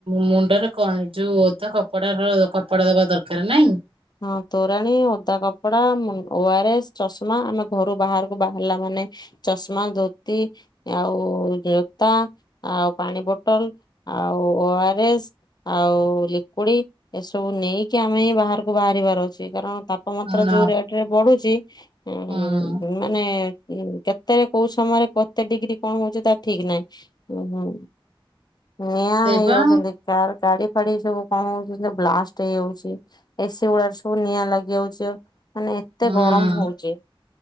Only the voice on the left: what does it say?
ହଁ ତୋରାଣୀ ଓଦା କପଡା, ମୁନ ଓ ଆର ଏସ୍ ଚଷମା। ଆମେ ଘରୁ ବାହାରକୁ ବାହାରିଲା ମାନେ ଚଷମା ଧୋତି ଆଉ ଜୋତା, ଆଉ ପାଣି ବୋଟଲ, ଆଉ ଓ ଆରଏସ୍ ଆଉ ଲିକୁଡି। ଏସବୁ ନେଇକି ଆମେ ବାହାରକୁ ବାହାରିବାର ଅଛି। କାରଣ ତାପମାତ୍ରା
ଯୋଉ ରେଟ ରେ ବଢୁଛି। ଉଁ
ମାନେ କେତେବେଳେ କୋଉ ସମୟରେ କେତେ ଡିଗ୍ରୀ କଣ ହଉଛି ତା ଠିକ ନାହିଁ। ହୁଁ ହୁଁ ନିଆଁ
ହେଇଯାଉଛନ୍ତି। ଗାଡି ଫାଡି ସବୁ କଣ ହଉଛନ୍ତି ବ୍ଲାଷ୍ଟ ହେଇଯାଉଛି। ଏ ସି ଗୁଡାରେ ସବୁ ନିଆଁ ଲାଗି ଯାଉଛି। ମାନେ ଏତେ
ଗରମ ହଉଛି।